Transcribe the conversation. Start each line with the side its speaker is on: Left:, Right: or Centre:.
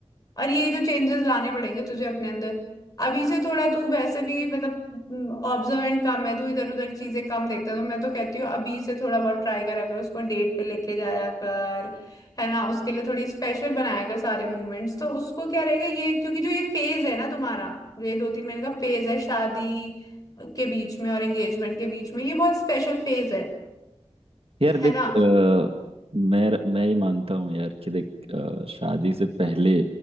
Left: और ये तो चेंजेस लाने पड़ेंगे तुझे अपने अंदर अभी से थोड़ा तू वैसे भी मतलब ऑब्जर्वेंट कम है तू इधर उधर चीजें कम देखता है तो मैं तो कहती हूँ अभी से थोड़ा बहुत ट्राई करा कर उसको डेट पे लेके जाया कर है ना उसके लिए थोड़ी स्पेशल बनाया कर सारे मूवमेंट्स तो उसको क्या रहेगा ये क्योंकि जो ये फेज है ना तुम्हारा जो ये दो तीन महीने का फेज है शादी के बीच में और एंगेजमेंट के बीच में ये बहुत स्पेशल फेज है
Right: यार देख
Left: है ना
Right: अ, मैं मैं ये मानता हूँ यार कि देख अ, शादी से पहले